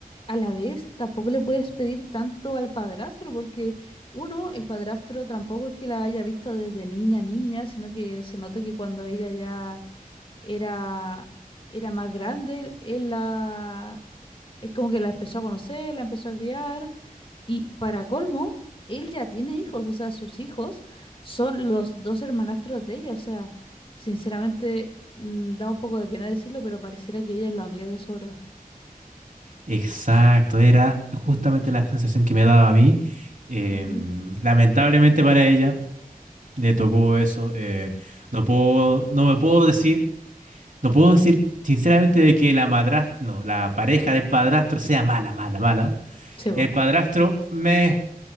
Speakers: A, on the left; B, on the right.
A: a la vez tampoco le puedes pedir tanto al padrastro porque uno, el padrastro tampoco es que la haya visto desde niña a niña, sino que se nota que cuando ella ya era era más grande, él él la es como que la empezó a conocer, la empezó a criar. Y para colmo, él ya tiene hijos, o sea, sus hijos son los dos hermanastros de ella, o sea, sinceramente mm, da un poco de pena decirlo, pero pareciera que ella es la única que sobra.
B: Exacto, era justamente la sensación que me daba a mí. Em,
A: Ujú.
B: lamentablemente para ella le tocó eso. eh, no puedo, no me puedo decir, no puedo decir sinceramente de que la madrastra, no, la pareja del padrastro sea mala, mala, mala.
A: Sí, po.
B: El padrastro, me